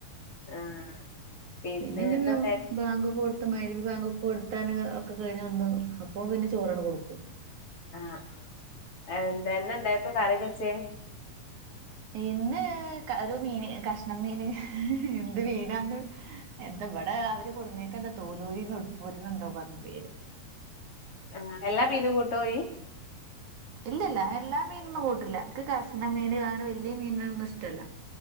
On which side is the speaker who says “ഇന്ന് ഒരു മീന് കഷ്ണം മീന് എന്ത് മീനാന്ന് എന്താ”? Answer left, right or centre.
Right